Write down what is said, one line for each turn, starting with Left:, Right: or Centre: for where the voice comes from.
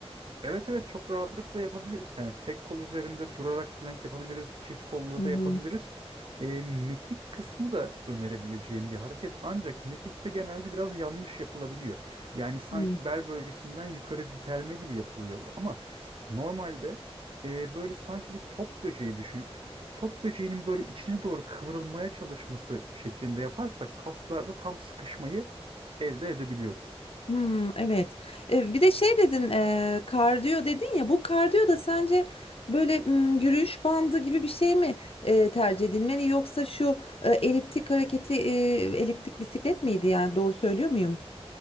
Right: Evet evet çok rahatlıkla yapabiliriz. Yani tek kol üzerinde durarak plank yapabiliriz. Çift kollu
Left: Hı
Right: da yapabiliriz. E, mekik kısmı da önerebileceğim bir hareket. Ancak mekikte genelde biraz yanlış yapılabiliyor. Yani sanki
Left: hı.
Right: bel bölgesinden yukarı dikelme gibi yapılıyor. Ama normalde e, böyle sanki bir top böceği düşünün. Top böceğinin böyle içine doğru kıvrılmaya çalışması şeklinde yaparsak kaslarda tam sıkışmayı elde edebiliyoruz.
Left: Hmm, evet. E, bir de şey dedin, e, kardiyo dedin ya. Bu kardiyo da sence böyle mm, yürüyüş bandı gibi bir şey mi e, tercih edilmeli yoksa şu e, eliptik hareketi, e, eliptik bisiklet miydi yani doğru söylüyor muyum?